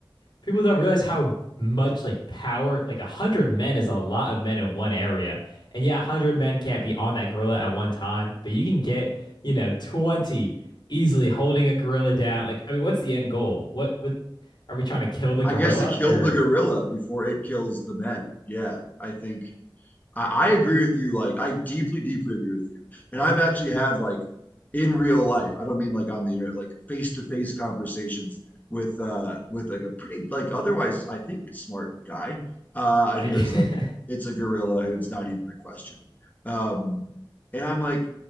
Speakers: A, on the left; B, on the left.
A: people don't realize how much like power like a hundred men is a lot of men in one area and yeah a hundred men can't be on that gorilla at one time but you can get you know 20 easily holding a gorilla down like I mean what's the end goal what what are we trying to kill
B: <laughs>
A: the
B: I
A: gorilla
B: guess to kill
A: or
B: the gorilla before it kills the men. Yeah. I think I, I agree with you. Like, I deeply, deeply agree with you. And I've actually had like in real life, I don't mean like on the internet, like face-to-face conversations with uh with like a pretty like otherwise I think smart guy. Uh
A: like
B: and he was like, it's a gorilla and it's not even a question. Um and I'm like